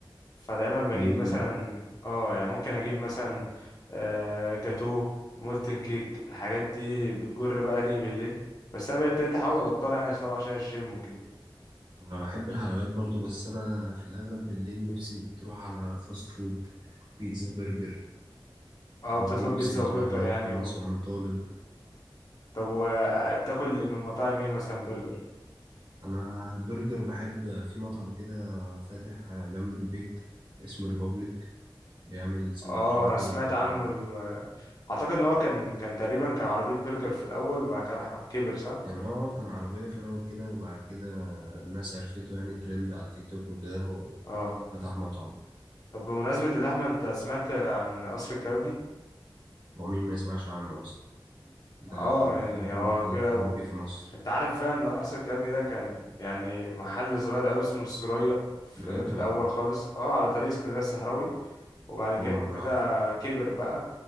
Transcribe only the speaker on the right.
مم.
أنا بحب الحلويات برضو بس أنا في الأغلب بالليل نفسي بتروح على فاست فود بيتزا برجر الحاجات
دي نفسي
بتروح
لها
خالص
وأنا طالب
أنا البرجر بحب في مطعم كده فاتح جنب البيت اسمه ريبابليك بيعمل سندوتشات
برجر
كده
كان اه كان عربية في الأول كده وبعد كده الناس عرفته يعني ترند على التيك توك وكده
وفتح مطعم
هو مين ما يسمعش عنه أصلا ده
أكبر
محل
كبابجي
في مصر
بجد
والله
أول مرة أعرف